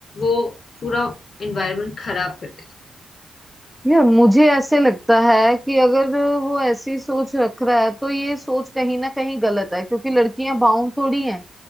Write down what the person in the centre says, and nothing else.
यार मुझे ऐसे लगता है कि अगर वो ऐसी सोच रख रहा है तो ये सोच कहीं ना कहीं गलत है क्योंकि लड़कियां बाउंड थोड़ी हैं